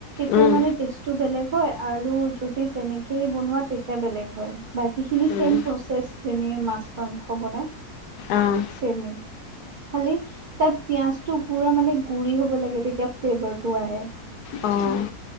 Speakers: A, on the right; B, on the left.
A: তেতিয়া
B: উম,
A: মানে টেষ্টটো বেলেগ- হয়। আৰু যদি তেনেকেই বনোৱা, তেতিয়া বেলেগ হয়। বাকীখিনি
B: উম,
A: চেম প্ৰচেছ। যেনেকে মাছ-মাংস বনায়,
B: অ',
A: চেমে। খালি তাত পিয়াজটো পুৰা মানে গুৰি হ'ব লাগে, তেতিয়া ফ্লেভাৰটো আহে।
B: অ'।